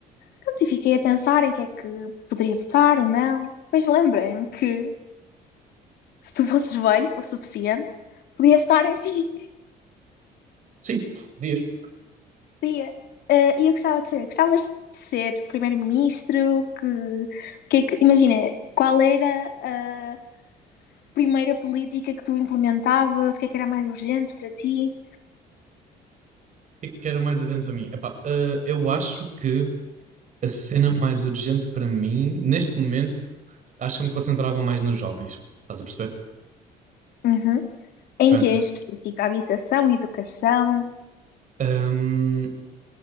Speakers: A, on the left (about 70°); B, on the right (about 50°).
A: Pronto, e fiquei a pensar em quem é que poderia votar ou não. Depois lembrei-me que se tu fosses velho o suficiente, podia votar em ti.
B: Sim, podias. O
A: Podia. Ah, e eu gostava de ser, gostavas de ser primeiro-ministro, que, que é que, imagina, qual era a primeira política que tu implementavas, o que é que era mais urgente para ti?
B: que é que era mais urgente para mim? Epá, ah, eu acho que a cena mais urgente para mim, neste momento, acho que eu me concentrava mais nos jovens. Estás a perceber?
A: Uhum. Em
B: Pronto.
A: que em específico? Habitação, educação,
B: Hum,